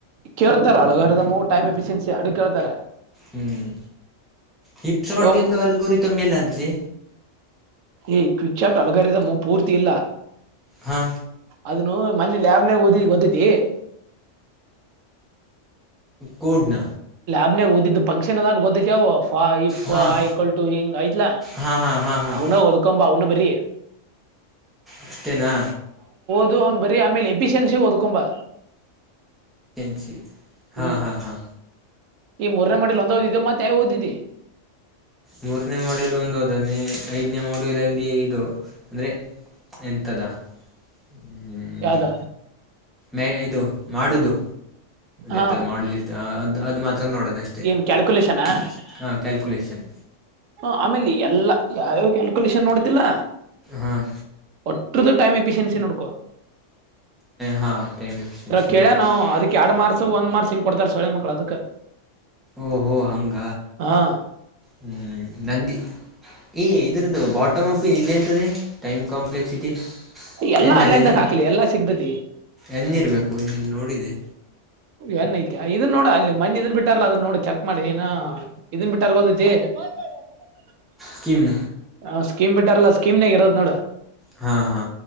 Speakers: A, on the right (about 85°); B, in the centre.
A: ಕೇಳ್ತಾರ ಅಲ್ಗುರೀದಮ್ಮ ಟೈಮ್ ಎಫಿಸಿಯನ್ಸಿ ಯಾಡು ಕೇಳ್ತಾರ
B: ಹ್ಮ್ ಹಿಪ್ಸರೂಟಿಂದು
A: ಓ
B: ಅಲ್ಗುರೀದಮ ಎಲ್ಲೆ ಆದ ಲೇ
A: ಏ ಕ್ವಿಚಾರ್ಟ್ ಅಲಗಾರಿದಮ್ಮ ಪೂರ್ತಿ ಇಲ್ಲ
B: ಹಾ
A: ಅದನು ಮನ್ನೇ ಲ್ಯಾಬ್ನಾಗ ಓದಿ ಗೊತ್ತತಿ
B: ಕೂಡನ
A: ಮನ್ನೇ ಓದಿದ್ದ್ ಫಂಕ್ಷನ್ ಅದನ್ ಗೊತ್ತತಿ ಪಂಕ್ಷಣ ಇಫ್
B: ಹಾಂ
A: ಐ ಈಕ್ವಲ್ ಟು ಹಿಂಗ್ ಐತಲ
B: ಹಾಂ ಹಾಂ ಹಾಂ ಹಾಂ
A: ಅವನು ಒದಕೊ ಬಾ ಅವನ ಬರಿ
B: ಅಷ್ಟೇನಾ
A: ಇದು ಒಂದ್ ಬರಿ ಆಮೇಲೆ ಎಫಿಷಿಯನ್ಸಿ ಹೊದ್ಕೊಂಬಾ
B: ಎಫಿಶಿಯನ್ಸಿ ಹಾ
A: ಹ್ಮ್
B: ಹಾ ಹಾ
A: ಈ ಮೂರನೇ ಮಾಡುಲ ಒಂದ ಓದಿದಿ ಮತ್ತೆ ಯಾವ್ಯಾವ ಓದಿದಿ
B: ಮೂರನೇ ಮಾಡುಲ್ ಒಂದ ಓದೆನಿ ಐದನೇ ಮಾಡುಲಲ್ಲಿ ಇದು ಅಂದರೆ ಎಂತದಾ ಹ್ಮ
A: ಯಾವ್ದ
B: ಇದು ಮೇ ಇದು ಮಾಡುಲು
A: ಹಾ
B: ಎಂತ ಮಾಡುಲ ಅದು ಮಾತ್ರ ತ ನೋಡೋಣ ಅಷ್ಟೇ ಏನ
A: ಏನ್ ಕ್ಯಾಲ್ಕುಲೇಷನ್
B: ಕ್ಯಾಲ್ಕುಲಷನ್ ಹ ಕ್ಯಾಲ್ಕುಲಷನ್
A: ಹ ಆಮೇಲೆ ಎಲ್ಲ ಯಾವ್ಯಾವ ಕ್ಯಾಲ್ಕುಲೇಷನ್ ನೋಡುದಿಲ್ಲ
B: ಹಾಂ
A: ಒ ಒಷ್ಟುರದ್ದು ಟೈಮ್ ಎಫಿಷಿಯನ್ಸಿ ನೋಡಕೋ
B: ಹಾ ಟೈಮ್ ಟೈಮ್ ಎಫಿಷಿಯನ್ಸಿ
A: ಕೇಳ್ಯಾನ
B: ಹಾ
A: ಅವ
B: ಕೇಳನೋ
A: ಅದಕ್ ಎರಡ್
B: ಅವ
A: ಮಾರ್ಕ್ಸ್ ಒಂದ್ ಮಾರ್ಕ್ಸ್ ಹಿಂಗ ಕೊಡ್ತಾರ ಸೂಳೆ ಮಕ್ಕಳು ಅದಕ್
B: ಓಹೋ ಹಂಗ
A: ಹಾ
B: ಹ್ಮ ನಂದಿ ಏ ಇದರದ ಬಾಟ್ ಅಪ್ ಇದ ಎಂತದೆ ಟೈಮ್ ಕಾಂಪ್ಲೆಕ್ಸಿಟಿ
A: ಎಲ್ಲಾ
B: ಎನ್
A: ಆನ್ಲೈನ್ದಾಗ
B: ಅಲ್ಲೇನಾ
A: ಹಾಕ ಲೇ ಎಲ್ಲಾ ಸಿಗತತಿ
B: ಎನ್ ಇರಬೇಕು ಇಲ್ಲಿ ನೋಡಿದೆ
A: ಏನ್ ಐತ ಇದನ್ ನೋಡ ಅಲ್ಲಿ ಮನ್ನಿ ಇದನ್ ಬಿಟ್ಟಾರಲ್ಲ ಅದನ್ ನೋಡ ಚೆಕ್ ಮಾಡಿ ಏನ ಇದನ್ ಬಿಟ್ಟಾರ ಗೊತ್ತತಿ ಬ <unintelligible>
B: ಸ್ಕೀಮ್
A: ಹ ಸ್ಕೀಮ ಬಿಟ್ಟಾರಲ್ಲ ಸ್ಕೀಮನ್ಯಾಗ ಇರತ್ತತಿ ನೋಡ
B: ಹಾ ಹಾ